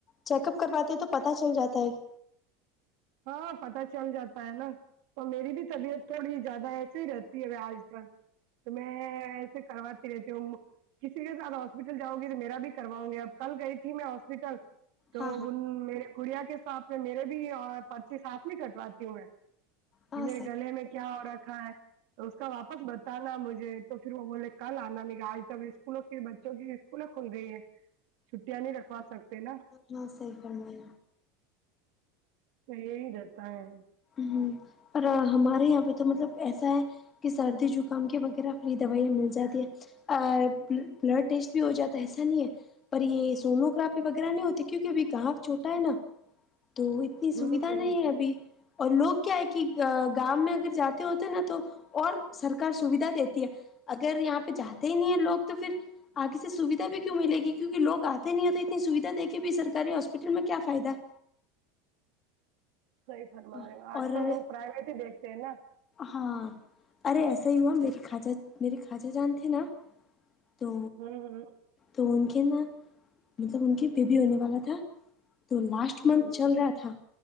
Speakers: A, on the left (about 25°); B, on the right (about 55°).
A: چیک اپ کرواتے تو پتا چل جاتا ہے-
B: ہاں پتاہ چل جاتا ہے نا اور میری بھی طبیعت تھوڑی زیادہ ایسیے ہی رہتی ہے آج- تو میں ایسے کرواتی رہتی ہوں- کسی کے ساتھ ہاسپٹل جاں گی تو میرا بھی کرواؤ گی اب کل گئی تھی میں ہاسپٹل- تو
A: ہاں ہاں
B: ان میرے گڑیا کے ساتھ میں میرے بھی اور- پرچی ساتھ نہیں کٹواتی ہوں میں
A: ہاں
B: کہ میرے گلے میں کیا ہو رکھا ہے- تو اس کا واپس بتانا مجھے تو پھر وہ بولے کل آنا مے آج تب اسکولوں کی بچوں کی- کلا کھل گئی ہے چھٹیاں نہیں رکھوا سکتے نا-
A: ہاں صیح فرمائ
B: تو یہی رہتا ہے-
A: ہ پر ہمارے یہاں پہ تو مطلب ایسا ہے کہ سردی زکام کے وغیرہ فری دوائیاں مل جاتی ہے- بلڈ ٹیسٹ بھی ہو جاتا ہے ایسا نہیں ہے- پر یہ سموگرافی وغیرہ نہیں ہوتی کیونکہ ابھی گاف چھوٹا ہے نا تو- اتنی
B: ہ
A: سویدھا
B: ہ
A: نہیں ہے ابھی اور لوگ کیا ہے کہ گاؤں میں اگر جاتے ہوتے نا تو- اور سرکار سویدھا دیتی ہے اگر یہاں پہ جاتے ہی نہیں ہے لوگ تو پھر- آگے سے سویدھا بھی کیوں ملے گی کیوں کہ لوگ آتے نہیں ہوتے اتنی سویدھا دیکھے بھی سرکاری ہاسپٹل میں کیا فائدہ-
B: صحی فرما
A: اور
B: رہے آج کل لوگ پرائیویٹ ہی دیکھتے ہیں نا-
A: ہاں، ارے ایسا ہی ہوا میری خوجہ میے خوجہ جان تھے نا- تو
B: ہوں
A: تو ان کے نا مطلب ان کی بیبی ہونے والا تھا- تو لاسٹ
B: ہوں
A: منتھ
B: ہوں
A: چل رہا تھا